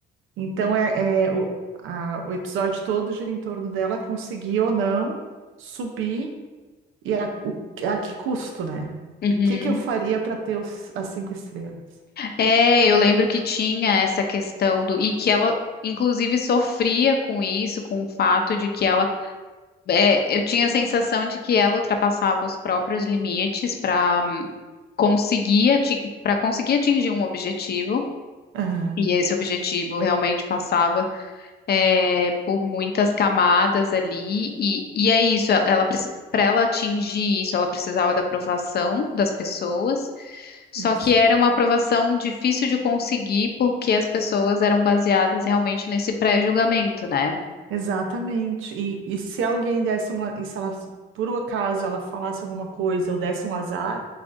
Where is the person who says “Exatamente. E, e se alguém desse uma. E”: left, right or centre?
Right